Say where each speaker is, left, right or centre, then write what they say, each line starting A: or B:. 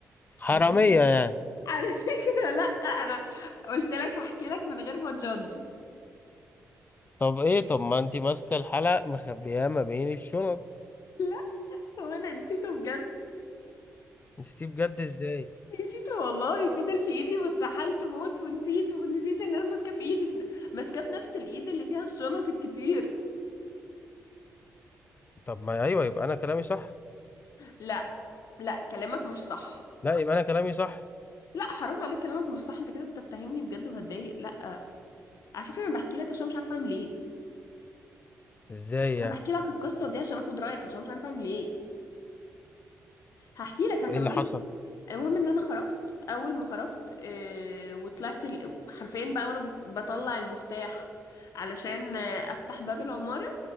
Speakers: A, on the left (about 30°); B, on the left (about 65°).
A: حرامية
B: نسيت
A: يعني
B: على فكرة لا انا قلت لك هحكي لك من غير ما تجادج
A: طب ايه طب ما انتي ماسكة الحلق مخبياه ما بين الشنط
B: لا هو انا نسيته بجد
A: نسيتيه بجد ازاي
B: نسيته والله فضل في ايدي واتسحلت موت ونسيته ونسيت ان انا ماسكاه في ايدي في... ن- ماسكاه في نفس الايد اللي فيها الشنط الكتير
A: طب ما ايوه يبقى انا كلامي صح
B: لا لا كلامك مش صح
A: لا يبقى انا كلامي صح
B: لا حرام عليك كلامك مش صح انت كده بتتهمني بجد وهتضايق لا على فكرة انا بحكي لك عشان مش عارفة اعمل ايه
A: ازاي يعني
B: انا بحكي لك القصة دي عشان اخد رأيك عشان مش عارفة اعمل ايه هحكي لك هكمل
A: وايه اللي حصل
B: المهم ان انا خرجت اول ما خرجت آه، وطلعت ال- حرفيا بقى وانا بطلع المفتاح علشان آه، افتح باب العمارة